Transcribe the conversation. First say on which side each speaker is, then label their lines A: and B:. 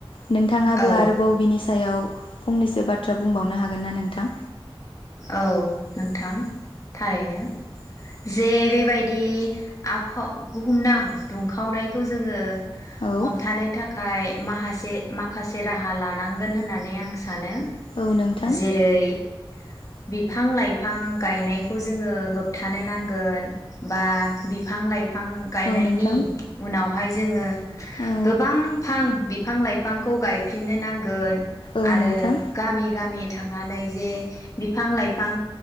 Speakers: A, on the left (about 70°); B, on the left (about 35°).
A: नोंथाङाबो
B: औ
A: आरोबाव बिनि साय सायाव फंनैसो बाथ्रा बुंबावनो हागोन ना नोंथां
B: औ नोंथां थारैनो जे बेबायदि आफाव बुहुमनां दुंखावनायखौ जोङो
A: औ
B: हमथानो थाखाय माहासे-माखासे राहा लानांगोन होननानै आं सानो
A: औ नोंथां
B: जेरै बिफां लाइफां गायनायखौ जोङो होबथानो नांगोन बा बिफां लाइफां बिफां गायनायनि
A: औ नोंथां
B: उनाव हाय जोङो
A: औ
B: गोबां फां बिफां लाइफांखौ गायफिननो नांगोन
A: औ
B: आरो
A: नोंथां
B: गामि गामि थांनानै जे बिफां लाइफां